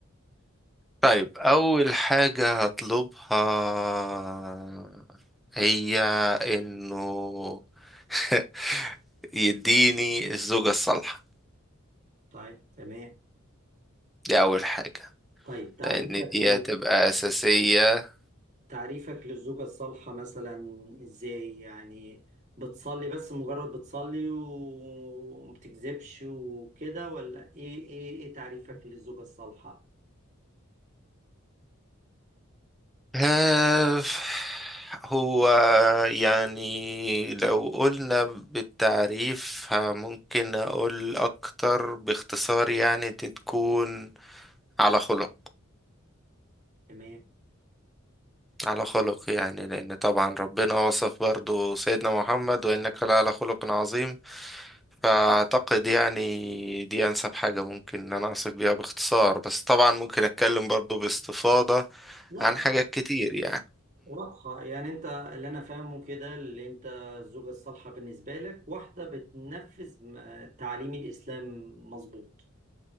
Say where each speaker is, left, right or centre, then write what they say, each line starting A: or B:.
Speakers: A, in the centre; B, on the right.
A: طيب أول حاجة هطلبها هي إنه <laughs> يديني الزوجة الصالحة
B: طيب تمام
A: دي أول حاجة
B: طيب تعريفك
A: لأن دي هتبقى أساسية
B: تعريفك للزوجة الصالحة مثلا ازاي يعني بتصلي بس مجرد بتصلي ومبتكذبش وكده ولا ايه ايه ايه تعريفك للزوجة الصالحة
A: آه، هو يعني لو قلنا بالتعريف ها، ممكن أقول أكتر باختصار يعني تكون على خلق
B: تمام
A: على خلق يعني لأن طبعا ربنا وصف برضو سيدنا محمد وإنك لعلى خلق عظيم فأعتقد يعني دي أنسب حاجة ممكن إن أنا أوصف بيها باختصار بس طبعا ممكن أتكلم برضو باستفاضة
B: لا
A: عن حاجات كتير يعني
B: واضحة يعني انت اللي انا فاهمه كده اللي انت الزوجة الصالحة بالنسبة لك واحدة بتنفذ م- تعاليم الاسلام مظبوط